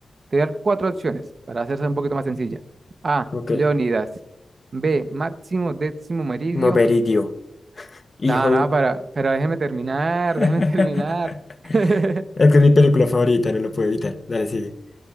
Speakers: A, on the right; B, on the left.
A: Te voy a dar cuatro opciones para hacerse un poquito más sencilla. A,
B: Ok.
A: Leonidas. B, Máximo Décimo Meridio.
B: Moberidio. Hijo
A: Nada, nada,
B: de un...
A: para, pero déjeme terminar,
B: <laughs>
A: déjeme <laughs> terminar. <laughs>
B: Es que es mi película favorita, no lo puedo evitar. Dale, sigue.